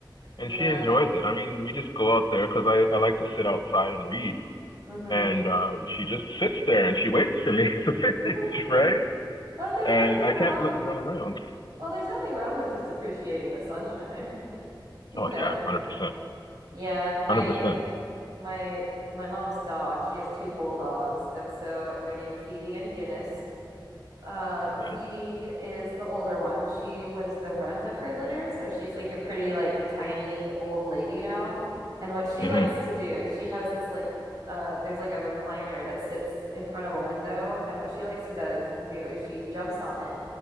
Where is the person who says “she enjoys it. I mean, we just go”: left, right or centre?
Left